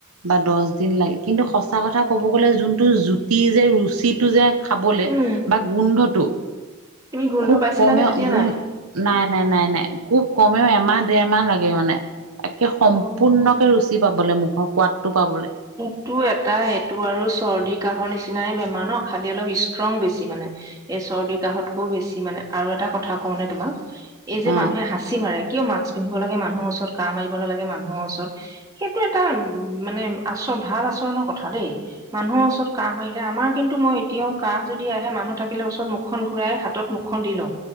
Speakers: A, on the right; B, on the right.
A: বা দছ দিন লাগে কিন্তু সঁচা কথা ক'ব গ'লে যোন টো জুতি যে ৰুচিটো যে খাবলে
B: উম
A: বা গোন্ধটো
B: তুমি গোন্ধ
A: খুব
B: পাইছিলানে
A: কমেয়
B: তেতিয়া
A: গুণ
B: নাই
A: নাই নাই নাই নাই, খুব কমেও এমাহ দেৰমাহ লাগে মানে। একে সম্পূৰ্ণকে
B: অ
A: ৰুচি পাবলে মুখৰ সোৱাদটো পাবলে।
B: এইটো এটাই এইটো আৰু চৰ্দি কাহৰ নিচিনাই বেমাৰ ন খালি অলপ ষ্ট্ৰং বেছি মানে। এই চৰ্দি কাহঁতকৈ বেছি মানে, আৰু এটা কথা কওঁ নে তোমাক। এই যে
A: অ
B: মানুহে হাঁচি মাৰে কিয় মাক্স পিন্ধিব লাগে, মানুহ ওচৰত কাঁহ মাৰিব নালাগে মানুহৰ ওচৰত সেইটো এটা উম মানে আচৰণ ভাল আচৰণৰ কথা দেই। মানুহৰ ওচৰত কাঁহ মাৰিলে আমাৰ কিন্তু মই এতিয়াও কাঁহ যদি আহে মানুহ থাকিলে ওচৰত মুখখন ঘূৰাই হাত ত মুখখন দি লওঁ।